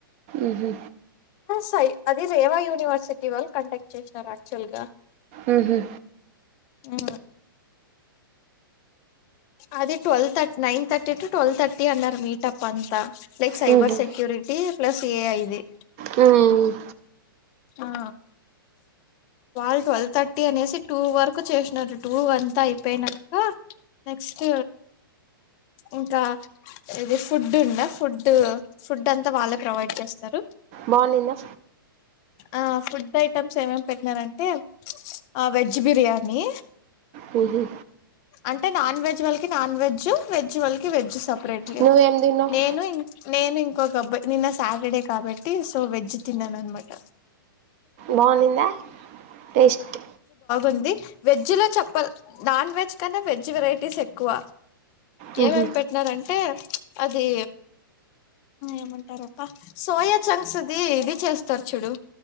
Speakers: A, on the right; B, on the left.
A: ఉహూ
B: సై అది రేవా యూనివర్సిటీ వాళ్ళు కంటాక్ట్ చేసినారు యాక్చువల్ గా
A: ఉహూ
B: ఆ అది twelve thirty nine thirty to twelve thirty అన్నారు మీట్ అప్ అంత లైక్ సైబర్
A: హుహు.
B: సెక్యూరిటీ ప్లస్ ఏఐ ది
A: హ్మ్.
B: ఆ ల్ ట్వెల్వ్ థర్టీ అనేసి టూ వరకు చేసినారు టూ అంతా అయిపోయిన కా నెక్స్ట్ ఇంకా ఇది ఫుడ్ ఉందా ఫుడ్ ఫుడ్ అంతా వాళ్ళే ప్రొవైడ్ చేస్తారు
A: బాగున్నిందా
B: ఆ ఫుడ్ ఐటమ్స్ ఏమేమి పెట్టినారంటే వెజ్ బిర్యానీ
A: హుహు.
B: అంటే నాన్ వెజ్ వాళ్ళకి నాన్ వెజ్ వెజ్ వాళ్ళకి వెజ్ సబ్ సపరేట్ లే
A: నువ్వేం తిన్నావు?
B: నేను నేను ఇంకొక సబ నిన్న సాటర్డే కాబట్టి సో వెజ్ తిన్నాను అనమాట
A: బాగుందిందా టేస్ట్
B: ఉంది వెజ్ లో చెప్ప నాన్ వెజ్ కంటే వెజ్ వెరైటీస్ ఎక్కువ
A: మ్హూ.
B: ఏమేం పెట్టినారంటే అది ఏమంటారప్ప సోయా చంక్స్ అది ఇది చేస్తారు చూడు